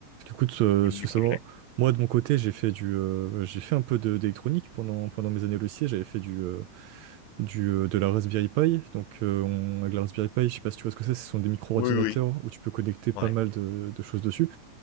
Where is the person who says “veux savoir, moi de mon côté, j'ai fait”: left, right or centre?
Right